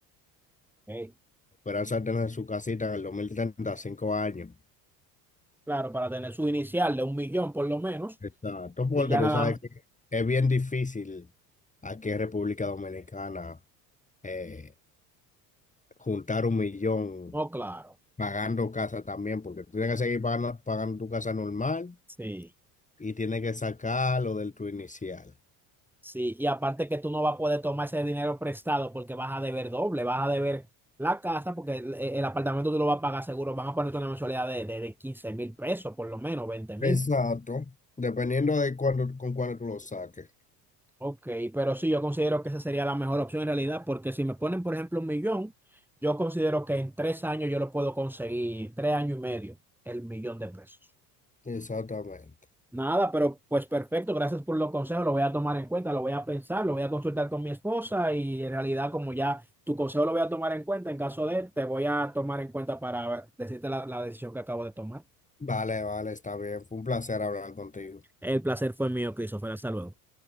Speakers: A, in the centre; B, on the left (about 15°).
A: Ey,
B: Esperanza de tener su casita en el dos mil treinta cinco años.
A: Claro, para tener su inicial de un millón por lo menos,
B: Exacto, porque
A: y ya
B: tú
A: nada,
B: sabes que es bien difícil aquí en República Dominicana eh, juntar un millón
A: no, claro.
B: pagando casa también, porque tú tienes que seguir pagando, pagando tu casa normal
A: Sí.
B: y tienes que sacar lo del tu inicial.
A: Sí, y aparte que tú no vas a poder tomar ese dinero prestado porque vas a deber doble, vas a deber la casa porque el, e, el apartamento tú lo vas a pagar seguro, van a ponerte una mensualidad de, de, de 15 mil pesos, por lo menos veinte mil.
B: Exacto, dependiendo de cuándo, con cuándo tú lo saques.
A: Ok, pero sí, yo considero que esa sería la mejor opción en realidad porque si me ponen, por ejemplo, un millón, yo considero que en tres años yo lo puedo conseguir, tres años y medio, el millón de pesos.
B: Exactamente.
A: Nada, pero pues perfecto, gracias por los consejos, lo voy a tomar en cuenta, lo voy a pensar, lo voy a consultar con mi esposa y en realidad como ya tu consejo lo voy a tomar en cuenta, en caso de, te voy a tomar en cuenta para decirte la, la decisión que acabo de tomar.
B: Vale, vale, está bien. Fue un placer hablar contigo.
A: El placer fue mío, Christopher, hasta luego.